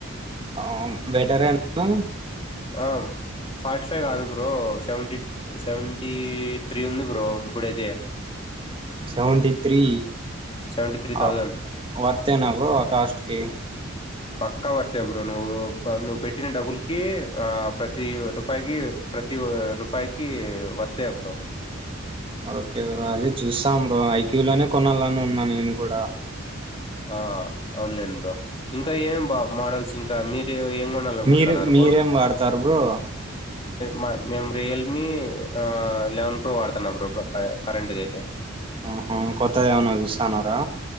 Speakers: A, on the right; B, on the left.
A: ఆ బెటరే నా
B: ఆ ఫార్టీ ఫైవ్ కాదు బ్రో సెవెన్టీ సెవెన్ ఈ త్రి ఉంది బ్రో ఇప్పుడయితే
A: సెవెంటీ త్రీ
B: సెవెంటీ త్రీ థౌజండ్
A: అ వర్తేేనా బ్రో ఆ కాస్ట్కి
B: పక్కా వర్తే బ్రో నువ్వు నువ్వు పెట్టిన డబ్బుల్ కి ఆ ప్రతి రూపాయకి ప్రతి రూపాయకి వర్తే బ్రో
A: ఓకే బ్రో అది చూస్తాం బ్రో ఐక్యూ లోనే కొనాలనే ఉన్నా నేను కూడా
B: ఆ ఆన్లైన్ బ్రో ఇంకా ఏమేం బ్రో మోడల్స్ ఇంకా మీరు ఏం కొనాలనుకుంటున్నారు
A: మీరు మీరేం వాడతారు బ్రో
B: మ మేము రియల్మీ ఎలెవెన్ ప్రో వాడుతున్నా ప్రో కరెంట్గ అయితే
A: ఆహా కొత్తగ ఏమన్నా చూస్తాన్నారా